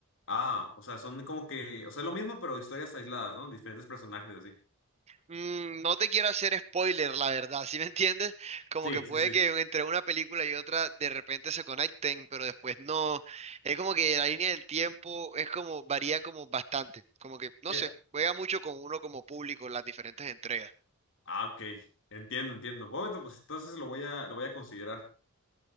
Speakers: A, on the left; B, on the right.
A: Ah, o sea, son como que, o sea, es lo mismo, pero historias aisladas, ¿no? Diferentes personajes así.
B: Mm, no te quiero hacer spoiler, la verdad, ¿sí me entiendes? Como
A: Sí,
B: que puede
A: sí, sí.
B: que entre una película y otra de repente se conecten, pero después no. Es como que la línea del tiempo es como, varía como bastante. Como que, no
A: Ya.
B: sé, juega mucho con uno como público en las diferentes entregas.
A: Ah, ok. Entiendo, entiendo. Bueno, pues entonces lo voy a, lo voy a considerar.